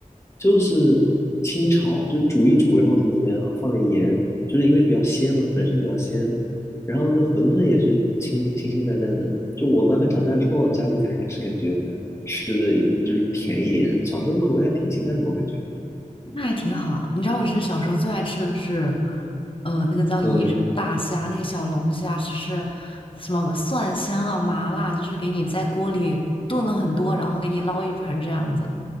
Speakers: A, on the left; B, on the left.
A: 就是清炒，就煮一煮，然后怎么怎么样，放点盐，就是因为比较鲜嘛，它本身比较鲜，然后那馄饨也是清清清淡淡的，就我慢慢长大之后，家里才开始感觉吃的就是甜一点，小时候口味还挺清淡的，我感觉。
B: 那还挺好。你知道我其实小时候最爱吃的是，呃，那个叫宜城大虾，
A: 嗯，
B: 那个小龙虾，其实什么蒜香啊、麻辣，就是给你在锅里炖了很多，然后给你捞一盆儿这样子。